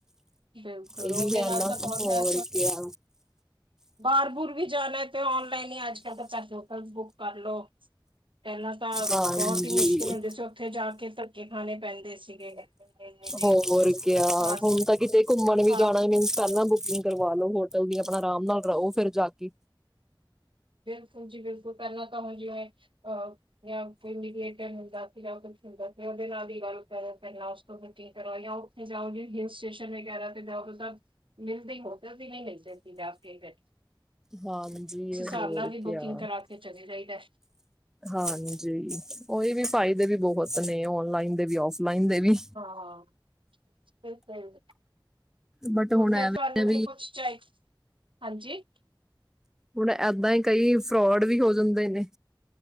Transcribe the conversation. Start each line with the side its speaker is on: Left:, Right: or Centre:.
Right: ਬਿਲਕੁਲ
Centre: ਇਹ
Right: ਉਹਦੇ
Centre: ਵੀ, ਹੈ
Right: ਨਾਲ
Centre: ਨਾ
Right: ਤਾਂ ਬਹੁਤ
Centre: ਹੋਰ
Right: ਹੈ
Centre: ਗਿਆ।
Right: ਬਾਹਰ ਬੁਰ ਵੀ, ਜਾਣਾ ਤੇ ਔਨਲਾਈਨ ਹੀ, ਅੱਜ ਕੱਲ ਤਾਂ ਹੋਟਲ ਬੁੱਕ ਕਰ ਲਓ। ਪਹਿਲਾਂ ਤਾਂ,
Centre: ਹਾਂਜੀ
Right: ਬਹੁਤ ਹੀ ਮੁਸ਼ਕਿਲ ਹੁੰਦੀ ਸੀ। ਉੱਥੇ ਜਾ ਕੇ, ਧੱਕੇ ਖਾਣੇ ਪੈਂਦੇ ਸੀਗੇ। ਇੰਨੀ ਦੇਰ
Centre: ਹੋਰ ਕਿਆ।
Right: ਹਾਂ
Centre: ਹੁਣ ਤਾਂ ਕਿਤੇ, ਘੁੰਮਣ ਵੀ
Right: ਹਾਂ
Centre: ਜਾਣਾ ਮਿਨਸ ਪਹਿਲਾਂ ਬੁਕਿੰਗ। ਕਰਵਾ ਲੋ ਹੋਟਲ ਦੀ। ਆਪਣਾ ਆਰਾਮ ਨਾਲ ਰਹੋ ਫੇਰ ਜਾ ਕੇ।
Right: ਬਿਲਕੁਲ ਜੀ ਬਿਲਕੁਲ। ਪਹਿਲਾਂ ਤਾਂ ਹੁਣ ਜਿਵੇਂ, ਅਹ। ਜਾਂ ਕੋਈ ਫੇਰ ਮਿਡੀਟਰ ਹੁੰਦਾ ਸੀਗਾ। ਜਾਂ ਕੁਛ ਹੁੰਦਾ ਸੀਗਾ, ਉਹਦੇ ਨਾਲ ਹੀ ਗੱਲ ਕਰੋ, ਪਹਿਲਾਂ। ਬੁਕਿੰਗ ਕਰਵਾਓ। ਜਾਂ ਉ ਜਾਓ ਜੀ ਹਿਲ ਸਟੇਸ਼ਨ ਵਗੇਰਹ ਤੇ ਜਾਓ ਤਾਂ। ਮਿਲਦੇ ਹੋਟਲ ਦੀ ਨਹੀਂ। ਮਿਲਦੇ ਸੀ ਜਾਂ ਕੇ ਬੈਠ।
Centre: ਹਾਂਜੀ। ਹੋਰ
Right: ਪੇਹਲਾ ਵੀ,
Centre: ਕਿਆ
Right: ਬੁਕਿੰਗ ਕਰਾ ਕੇ ਚਲੀ ਜਾਈਦਾ
Centre: ਹਾਂਜੀ। ਔਹੀ ਵੀ, ਫਾਇਦੇ ਵੀ ਬਹੁਤ ਨੇ। ਓਨਲਾਈਨ ਦੇ ਵੀ, ਫਲਾਈਨ ਦੇ ਵੀ।
Right: ਹਾਂ, ਬਿਲਕੁਲ।
Centre: ਬਟ ਹੁਣ
Right: ਫੇਰ
Centre: ਐਵੇਂ
Right: ਤੁਹਾਨੂੰ, ਵੀ ਪੁੱਛ ਚਾਣੇ। ਹਾਂਜੀ।
Centre: ਹੁਣ ਏਦਾਂ ਹੀ, ਕਈ ਫਰੋਡ ਵੀ, ਹੋ ਜਾਂਦੇ ਨੇ।